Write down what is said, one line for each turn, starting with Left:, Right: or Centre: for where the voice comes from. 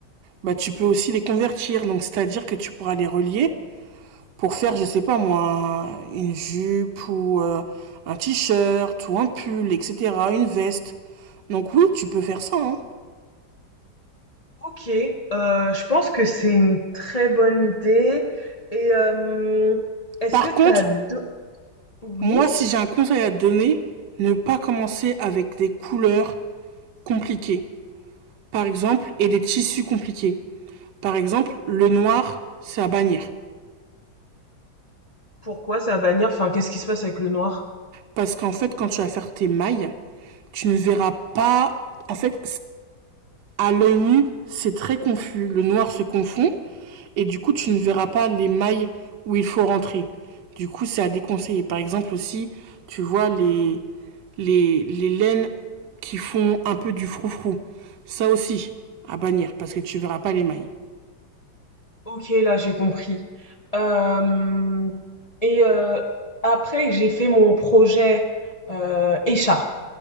Right: bah, tu peux aussi les convertir. Donc, c'est-à-dire que tu pourras les relier pour faire, je sais pas moi, une jupe ou euh, un t-shirt ou un pull, etc., une veste. Donc oui, tu peux faire ça. hein.
Left: Ok, euh, je pense que c'est une très bonne idée. Et euh, est-ce
Right: Par
Left: que
Right: contre,
Left: t'as deux... Oui,
Right: moi, si j'ai un conseil à te donner, ne pas commencer avec des couleurs compliquées. Par exemple, et des tissus compliqués. Par exemple, le noir, c'est à bannir.
Left: pourquoi ça va bannir Enfin, qu'est-ce qui se passe avec le noir?
Right: Parce qu'en fait, quand tu vas faire tes mailles, tu ne verras pas... En fait, À l'œil nu, c'est très confus, le noir se confond et du coup tu ne verras pas les mailles où il faut rentrer. Du coup, c'est à déconseiller. Par exemple aussi, tu vois les, les, les laines qui font un peu du froufrou. Ça aussi, à bannir parce que tu verras pas les mailles.
Left: Ok, là j'ai compris. Euh, et euh, après que j'ai fait mon projet euh, écharpe,